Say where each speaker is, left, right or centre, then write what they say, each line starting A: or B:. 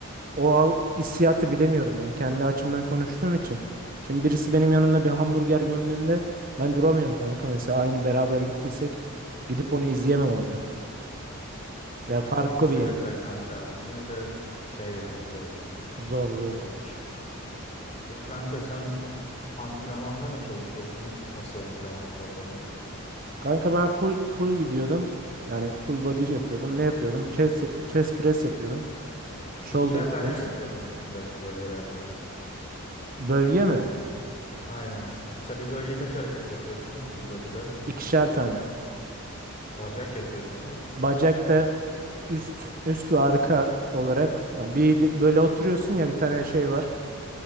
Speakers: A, on the right; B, on the left.
A: O al, hissiyatı bilemiyorum yani kendi açımdan konuştuğum için. Şimdi birisi benim yanımda bir hamburger gömdüğünde ben duramıyorum kanka. Mesela aynı beraber gittiysek gidip onu izleyemem orada. Veya farklı
B: Ya ben izlerim
A: bir yemek.
B: de kanka. Yine de şey yani zor.
A: Zor zor.
B: Zor iş. Peki kanka sen antrenmanda ne çalışıyorsun? Nasıl antrenman programın?
A: Kanka ben full full gidiyordum. Yani full body yapıyordum. Ne yapıyordum? Chest, chest press yapıyordum. Shoulder
B: İkişer tane
A: press.
B: mi yapıyordun de bölgelerde?
A: Bölge mi?
B: Aynen. Mesela bir bölgeye kaç hareket yapıyorsun full body'de?
A: İkişer tane.
B: Bacak yapıyor musun?
A: Bacakta üst üst ve arka olarak yani bir de- böyle oturuyorsun ya bir tane şey var.